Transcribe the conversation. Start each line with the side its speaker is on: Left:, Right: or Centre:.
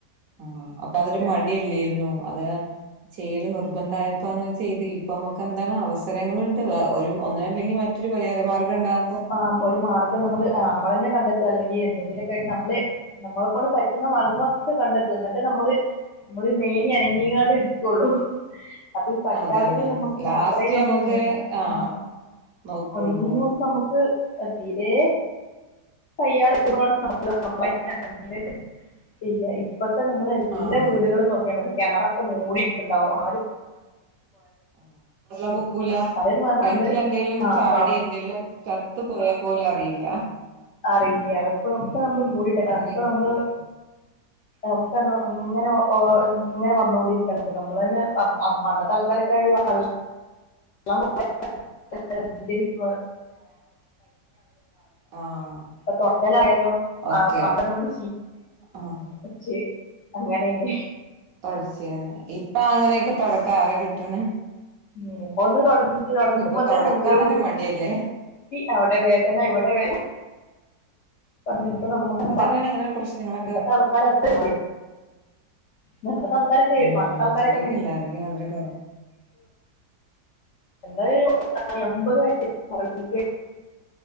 Right: ആ അപ്പൊ അതൊരു
Left: അതെ
Right: മടി. മടി അല്ലായിരുന്നോ അത് ചെയ്യൽ നിർബധയപ്പോ അങ്ങനെ ചെയ്ത്. ഇപ്പ നമുക്ക് എന്താണ് അവസ്ഥ. സരങ്ങളുണ്ട് വ ഒരു ഒന്നല്ലെങ്കി മറ്റൊരു പരിഹാര മാർഗം ഉണ്ടാവുമ്പോ?
Left: ആ ഒരു മാർ നമ്മള് നമ്മളെന്നെ കണ്ടെത്തും അല്ലെങ്കി എന്തെങ്കിലുമൊക്കെയായിട്ട് നമ്മള്. നമ്മളെ കൊണ്ട് പറ്റുന്ന മാർഗ്ഗങ്ങളൊക്കെ കണ്ടെത്തും എന്നിട്ട് നമ്മള്. നമ്മള് മേനി അനങ്ങിങ്ങ ണ്ട് എടുക്കുള്ളൂ. അത് പറ്റാത്തത്
Right: അതന്നെ
Left: നമ്മുക്ക്
Right: ലാസ്റ്റ്
Left: അത്രയും നമ്മൾ.
Right: നമുക്ക് ആഹ്
Left: ആ
Right: നോക്കുള്ളൂ
Left: ഒന്നൂ നമുക്ക് തീരെ. <unintelligible> ചെയ്യ ഇപ്പത്തെ നമ്മളെ
Right: ആഹ്
Left: എല്ലാ വീടുകളും നോക്കിയാ മതി കിണറൊക്കെ മുടിയിട്ടുണ്ടാവും ആ
Right: <inaudible> ആ വെള്ള മുക്കൂല
Left: പണ്ടെന്ന് പറഞ്ഞാ
Right: കിണറ്റിലെന്തേലും
Left: നമ്മള് ആഹ്
Right: ചാടി എന്തേലും. ചത്ത് പോയാൽ പോലും അറില്ല.
Left: അറിയില്ല അതപ്പൊ ഒക്കെ നമ്മള് മൂടിട്ടേക്കാണ്
Right: അങ്ങനെയൊക്കെ
Left: അപ്പ നമ്മള്.
Right: <inaudible>
Left: ഒക്കെ ഇങ്ങനെ ഇങ്ങനെ വന്നോണ്ടിരിക്കയക്ക് നമ്മൾ തന്നെ പണ്ടത്തെ ആൾക്കാരൊകെഴിയ. <unintelligible> <unintelligible> <unintelligible>
Right: ആഹ്
Left: കൊത്തൽ ആയാലും
Right: ഓക്കെ ആഹ്
Left: ശെ അങ്ങനൊയിന്.
Right: തുടച്ചിന് ഇപ്പൊ അങ്ങനെയൊക്കെ തൊടക്കൻ ആരെ കിട്ടണ്.
Left: <unintelligible> നടക്കുമ്പോൾ
Right: ഇപ്പൊ
Left: തന്നെ
Right: തൊടക്കാൻ
Left: ഊര
Right: തന്നെ
Left: ഉളുകി
Right: മടിയല്ലേ
Left: അവിടെ വേദന ഇവിടെ വേദന <unintelligible>
Right: അങ്ങനെയിങ്ങനെ പ്രശ്നങ്ങള.
Left: പണ്ടത്തെ ആൾക്കാർ <unintelligible> പണ്ടെതെ ആൾക്കാരൊക്കെ
Right: ഉം
Left: പണ്ടെ ത്തെ ആൾക്കാരൊക്കെ
Right: ആരോഗ്യല്ല
Left: നി
Right: ആരോഗ്യം വളരെ കുറവാ
Left: <unintelligible> എബത് വയസ്സിന്റെ